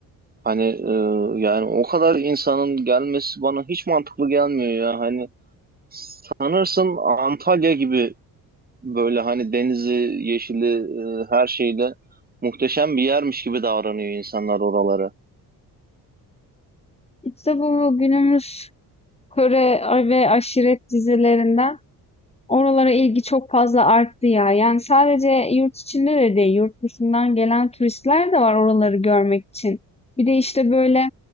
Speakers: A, on the right; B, on the left.
A: hani e, yani o kadar insanın gelmesi bana hiç mantıklı gelmiyor ya. Hani sanırsın Antalya gibi böyle hani denizi, yeşili, e, her şeyle muhteşem bir yermiş gibi davranıyor insanlar oraları.
B: İşte bu günümüz Kore ve aşiret dizilerinden Oralara ilgi çok fazla arttı ya. Yani sadece yurt içinde de değil, yurt dışından gelen turistler de var oraları görmek için. Bir de işte böyle